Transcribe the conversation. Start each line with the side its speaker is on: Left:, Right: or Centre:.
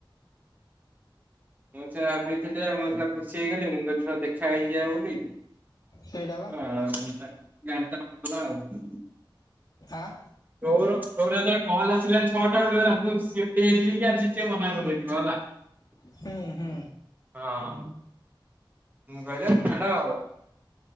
Right: ମୁଁ ସେ ଭାବିଥିଲି ମ ଖୁସି ହେଇଗଲି ମୁଁ ଦେଖା ହେଇଯିବା ବୋଲି
Left: ସେଇଟା ବା
Right: ! ଧନ୍ଦା <unintelligible> ଆଉ।
Left: ଆଁ
Right: କୋହୁନୁ ତୋର ଯେତୋବେଳେ କଲ୍ ଆସିଲାନି ଛଅଟା ବେଳୁ ମୁଁ ପୁରା ସିଓର ହେଇ ଯାଇଥିଲି କି ଆଜି ସିଏ ମନ କରିଦେଇଥିଲେ ହେଲା।
Left: ହୁଁ ହୁଁ।
Right: ହଁ। ମୁଁ କହିଲି ଛାଡ ଆଉ